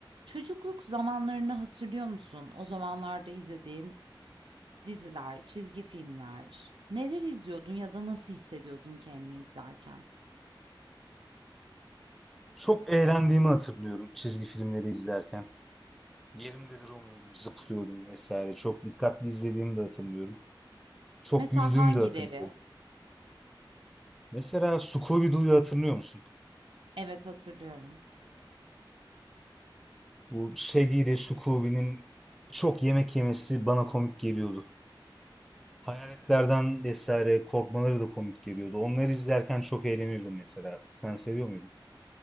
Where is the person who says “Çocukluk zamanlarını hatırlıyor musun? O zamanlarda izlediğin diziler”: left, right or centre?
Right